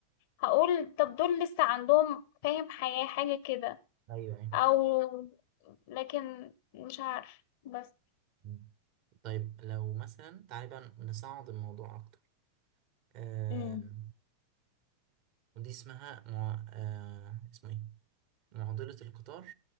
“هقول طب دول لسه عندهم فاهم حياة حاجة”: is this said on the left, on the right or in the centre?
Left